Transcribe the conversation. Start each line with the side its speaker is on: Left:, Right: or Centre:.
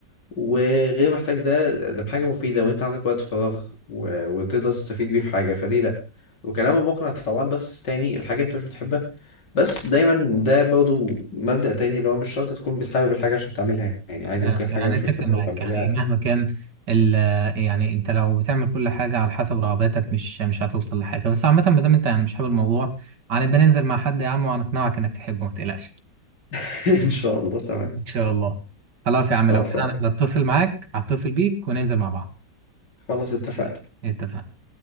Left: وغير محتاج ده ده حاجه مفيده وانت عندك وقت فراغ و- وتقدر تستفيد بيه في حاجه فليه لا وكلامه مقنع طبعا بس تاني الحاجه انت مش بتحبها بس دايما ده برضو مبدأ تاني اللي هو مش شرط تكون بتحب الحاجه عشان تعملها يعني عادي
Right: فعلا
Left: ممكن حاجه
Right: فعلا
Left: مش
Right: اتفق
Left: بتحبها
Right: معاك
Left: وتعملها
Right: يعني مهما كان ال يعني انت لو بتعمل كل حاجه على حسب رغباتك مش مش هتوصل لحاجه بس عامه ما دام انت يعني مش حابب الموضوع هنبقى ننزل مع حد يا عم وهنقنعك انك تحبه ما تقلقش
Left: <laughs> ان شاء الله تمام
Right: ان شاء الله خلاص يا عم
Left: خلاص
Right: لو كده انا هتصل معاك هتصل بيك وننزل مع بعض
Left: خلاص اتفقنا
Right: اتفقنا